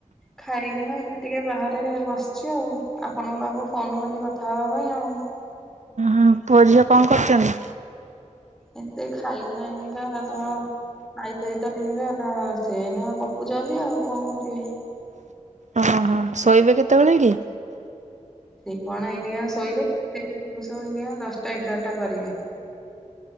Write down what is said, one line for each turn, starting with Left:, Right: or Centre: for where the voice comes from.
Centre: ଖାଇକିନା ଏବେ ଟିକେ ବାହାରେ ବସିଛି ଆଉ ଆପଣଙ୍କ ପାଖକୁ ଫୋନ୍ କଲି କଥା ହବା ପାଇଁ ଆଉ।
Right: ହୁଁ ପୁଅ ଝିଅ କଁ କରୁଚନ୍ତି?
Centre: ଏବେ ଖାଇକିନା ଏଇନିକା ବାଦାମ ଆଇ ସହିତ ଏଇନିକା ସେ ଏଇନା ଗପୁଚନ୍ତି ଆଉ କଁ କରିବେ।
Right: ଅଃ ଶୋଇବେ କେତୋବୋଳେ କି?
Centre: ସେ କଣ ଏଇନୀକା ଶୋଇଲେ <unintelligible> ଏଇନିକା ଦଶଟା ଏଗାରଟା କରିବେ।